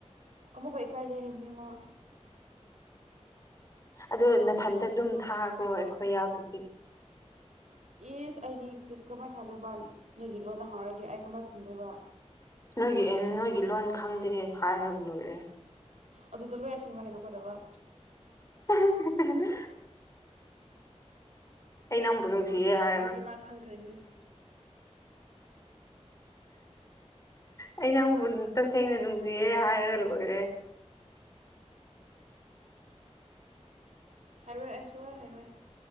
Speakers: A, on the right (about 85°); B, on the left (about 25°).
A: ꯑꯃꯨꯛꯀ ꯢꯀꯥꯏꯗꯦ ꯍꯥꯏꯕꯅꯤ ꯃꯥ
B: ꯑꯗꯣ ꯏꯊꯟꯗ ꯑꯗꯨꯝ ꯊꯥꯈ꯭ꯔꯣ ꯑꯩꯈꯣꯏ ꯌꯥꯎꯗꯕꯤ
A: ꯏꯁ ꯑꯩꯗꯤ ꯀꯃꯥꯏꯅ ꯊꯥꯗꯣꯏꯕ ꯅꯣꯏꯒꯤ ꯂꯣꯟꯗ ꯍꯧꯔꯛꯑꯒꯦ ꯑꯩ ꯀꯃꯥꯏꯅ ꯈꯨꯝꯗꯣꯏꯕ
B: ꯅꯣꯏꯒꯤ ꯑꯦ ꯅꯣꯏꯒꯤ ꯂꯣꯟ ꯈꯪꯗꯦ ꯍꯥꯏꯔꯒ ꯂꯣꯏꯔꯦ
A: ꯑꯗꯨꯗ ꯂꯣꯏ ꯑꯁꯦꯡꯕ ꯍꯥꯏꯗꯣꯛꯀꯗꯕ
B: <inaudible> ꯑꯩꯩ ꯅꯪꯕꯨ ꯅꯨꯡꯁꯤꯌꯦ ꯍꯥꯢꯌꯣ
A: ꯑꯗꯨꯗꯤ ꯃꯥ ꯈꯪꯈ꯭ꯔꯅꯤ
B: ꯑꯩ ꯅꯪꯕꯨ ꯇꯁꯦꯡꯅ ꯅꯨꯡꯁꯤꯌꯦ ꯍꯥꯏꯔꯒ ꯂꯣꯏꯔꯦ
A: ꯍꯥꯏꯔꯣꯏ ꯑꯩ ꯁꯨꯡꯍꯥꯢ ꯍꯥꯏꯔꯣꯏ